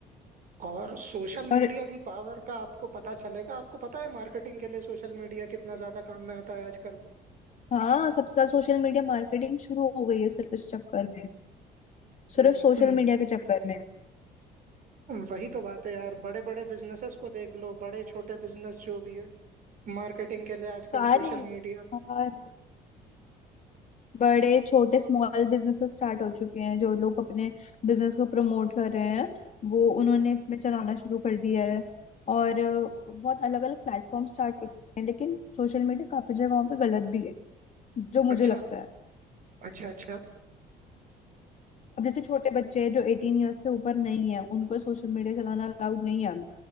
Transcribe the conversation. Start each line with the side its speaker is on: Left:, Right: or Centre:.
Right: और सोशल मीडिया
Left: और
Right: की पावर का आपको पता चलेगा आपको पता है मार्केटिंग के लिए सोशल मीडिया कितना ज्यादा काम में आता है आजकल
Left: हाँ सबसे ज्यादा सोशल मीडिया मार्केटिंग शुरू हो गई है सिर्फ इस चक्कर में
Right: हम्म,
Left: सिर्फ सोशल मीडिया के चक्कर में
Right: वही तो बात है यार बड़े बड़े बिजनेसेस को देख लो बड़े छोटे बिजनेस जो भी है मार्केटिंग के लिए आजकल
Left: सारे
Right: सोशल मीडिया
Left: सारे बड़े छोटे स्मॉल बिजनेसेस स्टार्ट हो चुके हैं जो लोग अपने बिजनेस को प्रमोट कर रहे हैं वो उन्होंने इसमें चलाना शुरू कर दिया है और अ, बहुत अलग अलग प्लेटफॉर्म स्टार्ट हो चुके हैं लेकिन सोशल मीडिया काफी जगहों पे गलत भी है जो मुझे
Right: अच्छा
Left: लगता है
Right: अच्छा अच्छा
Left: अब जैसे छोटे बच्चे हैं जो एटीन ईयर्स से ऊपर नहीं है उनको सोशल मीडिया चलाना अलाउड नहीं है अभी।